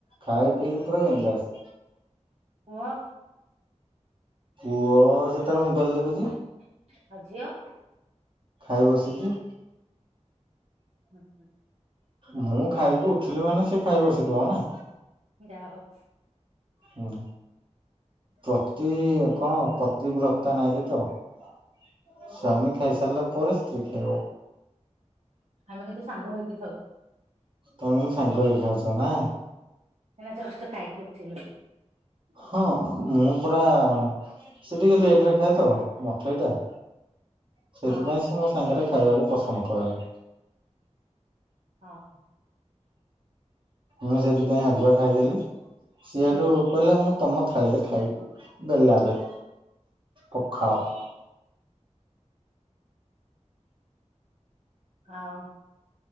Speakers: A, on the right; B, on the right.
A: ଖାଇ ପିଇକି ପୁରା ବିନ୍ଦାସ୍।
B: ପୁଅ?
A: ପୁଅ ସେ ତାର ମୋବାଇଲ ଦେଖୁଛି।
B: ଆଉ ଝୀଅ?
A: ଖାଇ ବସିଛି।
B: ଉଁ ହୁଁ।
A: ମୁଁ ଖାଇକି ଉଠିଲି ମାନେ ସେ ଖାଇ ବସିଥିବ ନା।
B: ଯା ହଉ।
A: ହୁଁ। ପ୍ରତି ଏ କଣ ପ୍ରତିିବ୍ରତା ନାରି ତ। ସ୍ୱାମୀ
B: ହୁଁ
A: ଖାଇ ସାରିଲା ପରେ ସ୍ତ୍ରୀ ଖାଇବ।
B: ଆମେ କିନ୍ତୁ ସାଙ୍ଗ ହେଇକି ଖାଉ।
A: ତମେ କିନ୍ତୁ ସାଙ୍ଗ ହେଇକି ଖାଉଛ ନା?
B: ଏଇନା ଜଷ୍ଟ ଖାଇକି ଉଠିଲୁ।
A: ହଁ ମୁଁ ପୁରା ସେ ଟିକେ ଲେଟ ରେ ଖାଏ ତ ମଠେଇ ଟା। ସେଇଥିପାଇଁ
B: ହଁ
A: ସେ ମୋ ସାଙ୍ଗରେ ଖାଇବାକୁ ପସନ୍ଦ କରେନି।
B: ହଁ।
A: ମୁଁ ସେଇଥିପାଇଁ ଆଗୁଆ ଖାଇଦେଲି ସିଏ
B: ହୁଁ
A: ହେଠୁ କହିଲା ମୁଁ ତମ ଥାଳିରେ ଖାଇବି ବେଲାରେ ପଖାଳ।
B: ଆଉ